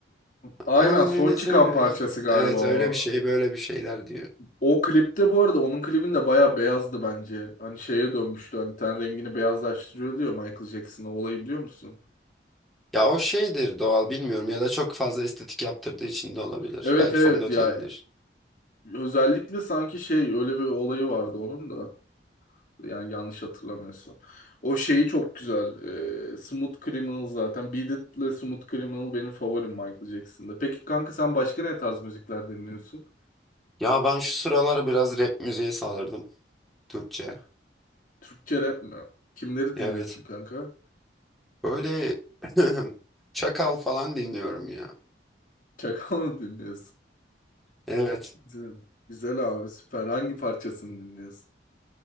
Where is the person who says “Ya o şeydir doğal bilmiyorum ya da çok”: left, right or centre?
Centre